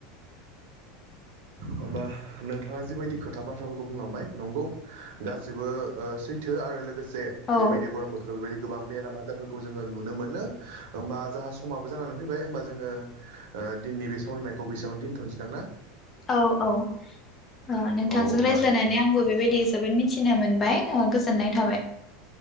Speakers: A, on the right; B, on the left.
A: होमबा नोंथाङा जिबायदि खोथा बाथ्राफोरखौ बुंलांबाय नोंगौ गासिबो ओ सैथो आरो लोगो से
B: औ
A: बेबायदि गरम बोथोराव बेबायदि गोबां बेराम आजारफोरखौ जोङो नुनो मोनो होमबा जाहा समाबो जानानै फैबाय होमबा जोङो ओ दिनै बे सावरायनायखौ बेसेंङाव दोनथनसैदां ना।
B: औ औ ओ नोंथांजों
A: औ होमबा
B: रायज्लायनानै आंबो बेबायदि जोबोद मि थिनो मोनबाय ओ गोजोननाय थाबाय